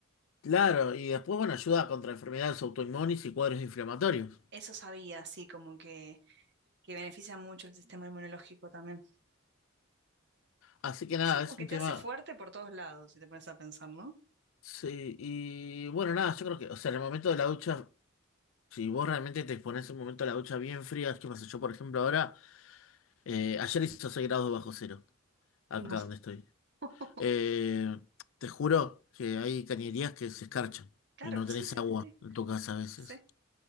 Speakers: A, on the left (about 75°); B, on the right (about 55°).
A: Claro, y después, bueno, ayuda contra enfermedades autoinmunes y cuadros inflamatorios.
B: Eso sabía, sí, como que, que beneficia mucho el sistema inmunológico también.
A: Así
B: Bueno,
A: que nada,
B: sí,
A: es
B: como que
A: un tema.
B: te hace fuerte por todos lados, si te pones a pensar, ¿no?
A: Sí, y bueno, nada, yo creo que, o sea, en el momento de la ducha, si vos realmente te pones un momento de la ducha bien fría, ¿qué pasa? Yo, por ejemplo, ahora, eh, ayer hizo seis grados bajo cero, acá
B: No.
A: donde estoy.
B: <laughs>
A: Eh, te juro que hay cañerías que se escarchan
B: Claro,
A: y no
B: sí,
A: tenés
B: sí,
A: agua
B: sí, sí.
A: en tu casa a veces.
B: Sí.